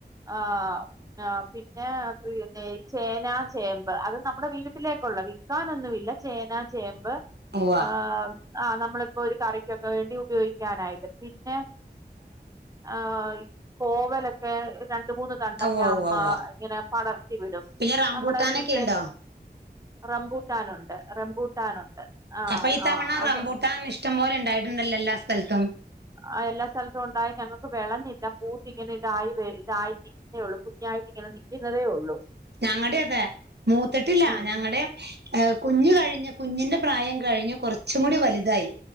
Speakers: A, on the right; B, on the right.
A: ആഹ് ആഹ് പിന്നെ ചേന, ചേമ്പ് അത് നമ്മുടെ വീട്ടിലേക്കുള്ള ക്കാനൊന്നുല്ല ചേന, ചേമ്പ്
B: ഉവ്വ
A: ആഹ് ആഹ് നമ്മളിപ്പോ ഒരു കറിക്കൊക്കെ വേണ്ടി ഉപയോഗിക്കാനായിട്ട് പിന്നെ ആഹ് കോവലൊക്കെ രണ്ട് മൂന്ന് തണ്ടൊക്കെ
B: അവ്വ അവ്വ
A: അമ്മ
B: അവ്വ
A: ഇങ്ങനെ പടർത്തി വിടും
B: പിന്നെ റംബൂട്ടാനൊക്കെ
A: നമ്മുടെ വീട്ടിലെ
B: ഉണ്ടോ
A: റംബൂട്ടാനുണ്ട് റംബൂട്ടാനുണ്ട് ആഹ്
B: അപ്പ ഈ തവണ
A: ആഹ്
B: റമ്പൂട്ടാൻ
A: അത്
B: ഇഷ്ടം പോലെ ഇണ്ടായിട്ടുണ്ടല്ലോ എല്ലാ സ്ഥലത്തും
A: ആഹ് എല്ലാ സ്ഥലത്തും ഉണ്ടായി ഞങ്ങക്ക് വെളഞ്ഞില്ല പൂത്ത് ഇങ്ങനെ ഇതായി ഇതായി ള്ളൂ കുഞ്ഞായിട്ട് ഇങ്ങനെ നിക്കുന്നതേ ഒള്ളൂ
B: ഞങ്ങളുടെ അതെ മൂത്തിട്ടില്ല
A: ഉം
B: ഞങ്ങടെ ഏഹ് കുഞ്ഞ് കഴിഞ്ഞ
A: ഉം
B: കുഞ്ഞിന്റെ പ്രായം കഴിഞ്ഞ് കൊർച്ചും കൂടി വലുതായി